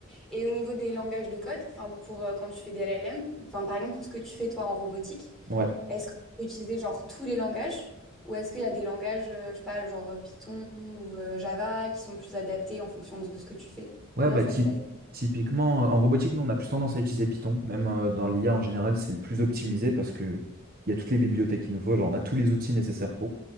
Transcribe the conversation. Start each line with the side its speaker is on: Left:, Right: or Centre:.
Centre: Et au niveau des langages de code, enfin pour euh, quand tu fais des LLM, enfin par exemple pour ce que tu fais toi en robotique,
Right: Ouais.
Centre: est-ce que tu peux utiliser genre tous les langages ou est-ce qu'il y a des langages, euh, je sais pas, genre euh, Python ou euh, Java qui sont plus adaptés en fonction de ce que tu fais?
Right: Ouais,
Centre: Comment
Right: bah
Centre: ça
Right: typ-
Centre: se passe?
Right: typiquement, euh, en robotique, nous, on a plus tendance à utiliser Python. Même euh, dans l'IA en général, c'est le plus optimisé parce que il y a toutes les bibliothèques qu'il nous faut, genre on a tous les outils nécessaires pour.